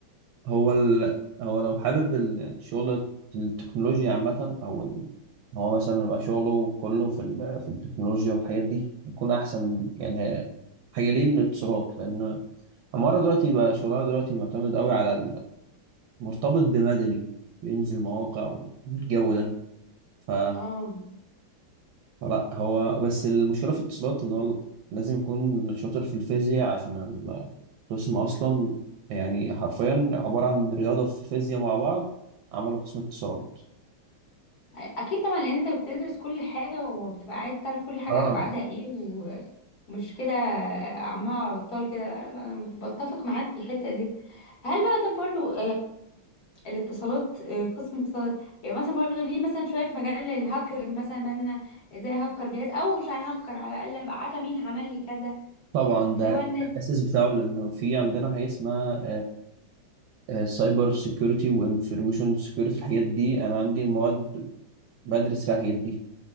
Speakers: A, on the right; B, on the left.
A: هو ال... هو لو حابب ال- الشغل في التكنولوجيا عامة أو ال... هو مثلا يبقى شغله كله في ال... في التكنولوجيا والحاجات دي يكون أحسن يعني هي... حاجة ليه الاتصالات لأن عمارة دلوقتي بقى شغلها دلوقتي معتمد قوي على ال- مرتبط بمدني بينزل مواقع والجو ده ف
B: اه
A: لا هو بس المشكلة في الاتصالات إن هو لازم يكون شاطر في الفيزياء عشان القسم أصلا يعني حرفيا عبارة عن رياضة في فيزياء مع بعض عملوا قسم اتصالات
B: اكيد طبعا لان انت بتدرس كل حاجة وبتبقى عايز تعرف كل حاجة
A: اه
B: ابعادها ايه مش كده عمال على بطال كده لا، لا، انا بتفق معاك في الحته دي هل بقى طب برضه الاتصالات آه، قسم الاتصالات يعني مثلا برضه ليه مثلا شويه في مجال الهاكر مثلا بقى ان انا ازاي هكر جهاز او مش ههكر على الاقل ابقى عارفه مين عمل لي كذا
A: طبعا ده
B: اللي هو ان
A: ده الأساس بتاعه لأنه في عندنا حاجة اسمها سايبر سيكيورتي وانفورميشن سيكيورتي الحاجات دي أنا عندي مواد بدرس فيها الحاجات دي